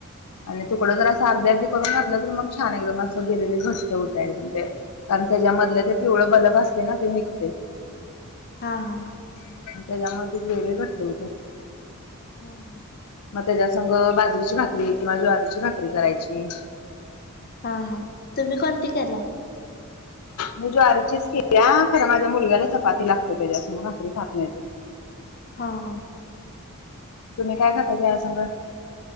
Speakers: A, on the left; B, on the left.
A: आणि तुकडं जर असं आर्धी आर्धी करून घातलं तर मग छान एकदम असं गिरवी घट्ट होत एकदम ते. कारण त्याच्यामधले ते पिवळ बलग असते ना ते निघतय.
B: हा हा.
A: त्याच्यामुळे ती ग्रेव्ही घट्ट होतीय.
B: हम्म हम्म.
A: मग त्याच्या संघ बाजरीची भाकरी किंवा ज्वारीची भाकरी करायची.
B: हा हा तुम्ही कोणती केलाय?
A: मी ज्वारीचीच केल्याय खर माझ्या मुलग्याला चपाती लागते त्याच्यासंग भाकरी खात नाही तो.
B: हा हा.
A: तुम्ही काय खाताय त्या संग